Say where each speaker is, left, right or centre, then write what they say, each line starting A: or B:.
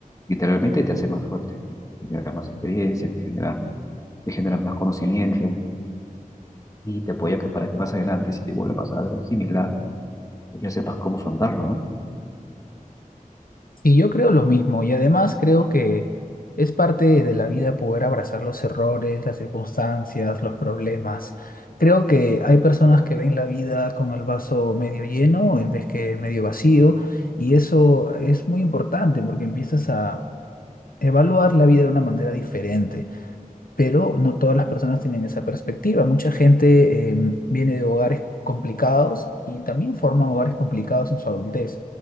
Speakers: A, on the left; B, on the left.
A: literalmente te hace más fuerte, te genera más experiencia, te genera, te genera más conocimiento y te apoya que para que más adelante, si te vuelve a pasar algo similar, pues ya sepas cómo afrontarlo, ¿no?
B: Y yo creo lo mismo, y además creo que es parte de la vida poder abrazar los errores, las circunstancias, los problemas. Creo que hay personas que ven la vida con el vaso medio lleno en vez que medio vacío, y eso es muy importante porque empiezas a evaluar la vida de una manera diferente pero no todas las personas tienen esa perspectiva. Mucha gente eh, viene de hogares complicados y también forman hogares complicados en su adultez.